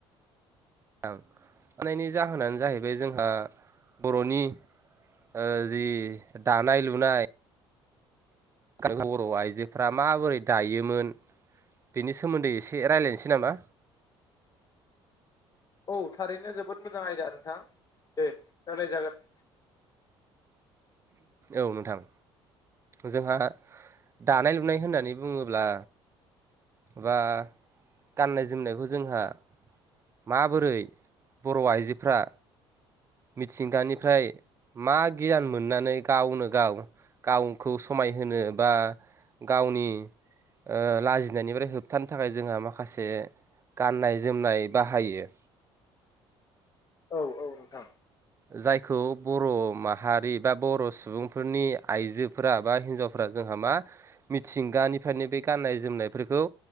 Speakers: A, on the right; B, on the left.
A: नोंथां थानायनि जाहोनानो जाहैबाय जोंहा बर'नि ओ जि दानाय -लुनाय बर' आइजोफ्रा माबोरै दायोमोन बिनि सोमोन्दै एसे रायलायसै नामा।
B: औ थारैनो जोबोद मोजां आयदा नोंथां दे रायलाय जागोन।
A: औ नोंथां। जोंहा दानाय -लुनाय होननानै बुङोब्ला बा गाननाय - जोमनायखौ जोंहा माबोरै बर' आइजोफ्रा मिथिंगानिफ्राय मा गियान मोननानै गावनो गाव गावखौ समायहोनो बा गावनि ओ लाजिनायनिफ्राय होबथानो थाखाय जोंहा माखासे गाननाय - जोमनाय बाहायो।
B: औ - औ नोंथां।
A: जायखौ बर' माहारि बा बर' सुबुंफोरनि आइजोफोरा बा हिनजाव फोरा जोंहा मा मिथिंगानिफ्रायनो बे गाननाय जोमनायफोरखौ